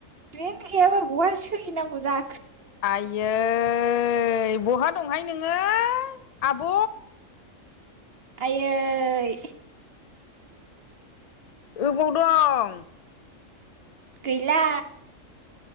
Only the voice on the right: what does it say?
ब्रेन गैयाबा बहा सोलिनांगौ जा
आयै
गैला